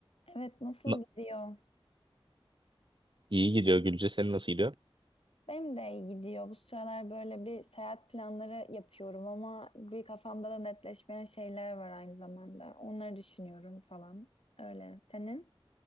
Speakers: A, on the left; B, on the right.
A: Evet nasıl
B: Na-
A: gidiyor?
B: İyi gidiyor Gülce. Senin nasıl gidiyor?
A: Benim de iyi gidiyor. Bu sıralar böyle bir seyahat planları yapıyorum ama bir kafamda da netleşmeyen şeyler var aynı zamanda. Onları düşünüyorum falan. Öyle. Senin?